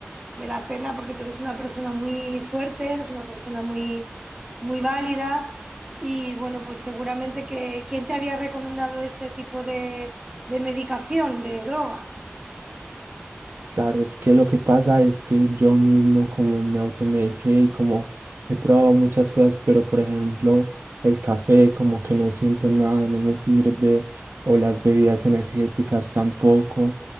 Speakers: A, on the right; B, on the right.
A: mm, me da pena porque tú eres una persona muy fuerte, eres una persona muy, muy válida y bueno, pues seguramente que ¿quién te había recomendado ese tipo de, de medicación, de droga?
B: Claro, es que lo que pasa es que yo mismo como me automediqué y como he probado muchas cosas, pero por ejemplo el café como que no siento nada, no me sirve, o las bebidas energéticas tampoco,